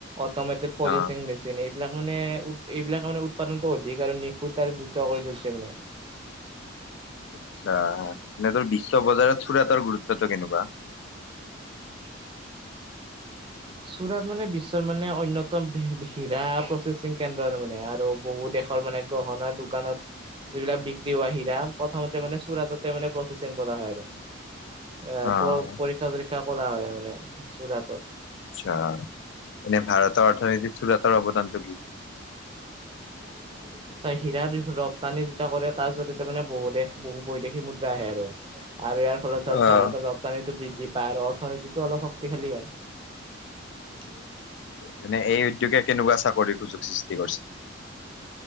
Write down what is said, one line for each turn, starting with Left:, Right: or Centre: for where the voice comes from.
Right: অট'মেটেড পলিছিং
Left: অ'।
Right: মে এইবিলাক মানে, উ এইবিলাক মান উৎপাদনতো অধিক আৰু নিখুত আৰু দ্ৰুত কৰি তুলিছে মানে।
Left: আচ্ছা, মিনে তোৰ বিশ্ব বজাৰত চুৰাতৰ গুৰুত্বটো কেনেকুৱা?
Right: <unintelligible> চুৰাত মানে বিশ্বৰ মানে অন্যতম বি-বি হিৰা প্ৰচেচিং কেন্দ্ৰ আৰু মানে, আৰু বহু দেশৰ মানে গহনা দোকানত যিবিলাক বিক্ৰী হোৱা হীৰা, প্ৰথমতে মানে চুৰাততে মানে প্ৰচেচিং কৰা হয় আৰু। এ,
Left: অ'।
Right: প্ৰ-পৰীক্ষা চৰীক্ষা কৰা হয় মানে, চুৰাটত।
Left: আচ্ছা, এনেই ভাৰতৰ অৰ্থনীতিত চুৰাটৰ অৱদানটো কি?
Right: <inaudible> হীৰাৰ ৰপ্তানি যেতিয়া কৰে, তাৰ জৰিয়তে মানে বহু দেশ, বহু বৈদেশী মুদ্ৰা আহে আৰু। আৰু ইয়াৰ ফলত ধৰ
Left: অ'।
Right: ভাৰতৰ ৰপ্তানিটো বৃদ্ধি পায়, আৰু অৰ্থনীতিটো অলপ শক্তিশালী হয়। <unintelligible>
Left: মানে এই উদ্যোগে কেনেকুৱা চাকৰিৰ সুযোগ সৃষ্টি কৰিছে?